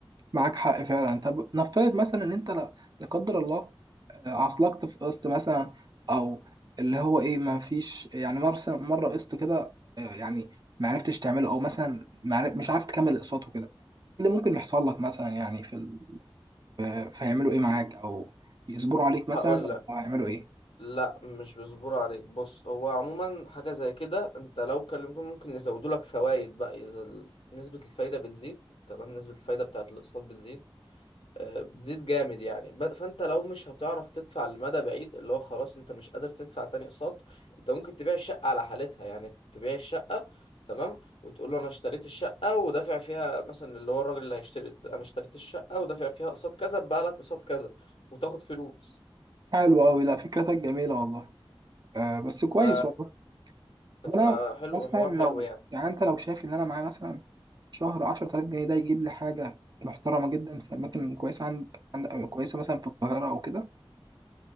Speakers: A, on the right; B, on the left.
A: معاك حق فعلا طب نفترض مثلا إن أنت لا لا قدر الله عصلجت في قسط مثلا او اللي هو ايه ما فيش يعني مرة مره قسط كده آه، يعني ما عرفتش تعمله او مثلا ما عرف- مش عارف تكمل اقساطه كده إيه اللي ممكن يحصل لك مثلا يعني في ال... آه، فيعملوا ايه معاك او يصبروا عليك
B: هقول
A: مثلا ولا هيعملوا ايه
B: لا مش بيصبروا عليك بص هو عموما حاجة زي كده انت لو كلمتهم ممكن يزودوا لك فوائد بقى اذا ال- نسبة الفايدة بتزيد تمام نسبة الفايدة بتاعت الاقساط بتزيد آه، بتزيد جامد يعني ب- فانت لو مش هتعرف تدفع لمدى بعيد اللي هو خلاص انت مش قادر تدفع تاني اقساط انت ممكن تبيع الشقة على حالتها يعني تبيع الشقة تمام وتقول له انا اشتريت الشقة ودافع فيها مثلا اللي هو الراجل اللي هيشتري انا اشتريت الشقة ودافع فيها اقساط كذا بقى لك اقساط كذا وتاخد فلوس
A: حلو قوي لا فكرتك جميله والله آه بس كويس
B: ف
A: والله
B: بتبقى
A: طب انا
B: حلو
A: مثلا
B: حوار
A: لو
B: حلو يعني
A: يعني انت لو شايف ان انا معايا مثلا شهر 10000 جنيه ده يجيب لي حاجه محترمه جدا في اماكن كويسه عند عند كويسه مثلا في القاهره او كده